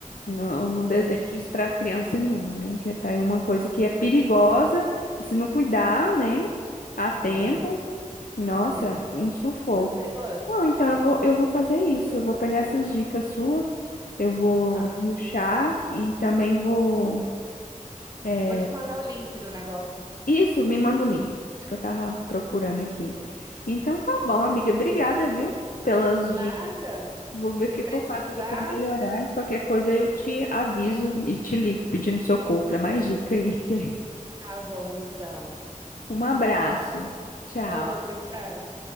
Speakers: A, on the left (about 85°); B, on the right (about 25°).
A: Não, eu não desejo
B: Pois
A: isso para criança nenhuma, né? Que tá aí uma coisa que é perigosa e se não cuidar, né, a tempo,
B: é,
A: nossa,
B: é,
A: um
B: é
A: sufoco.
B: muito perigoso.
A: Não, então eu vou, eu vou fazer isso. Eu vou pegar essas dicas suas, eu vou
B: Tá,
A: ruxar e também vou. é,
B: vou te mandar o link do negócio.
A: Isso, me manda o link. Isso que eu tava procurando aqui. Então tá bom, amiga. Obrigada, viu, pelas
B: Nada?
A: dicas. Vou ver o
B: Se
A: que
B: precisar,
A: que eu faço aqui pra melhorar e qualquer coisa eu te aviso e te ligo pedindo socorro para mais dica aí. <laughs> que- é,
B: tá bom então.
A: Um abraço. Tchau.
B: Outro, tchau.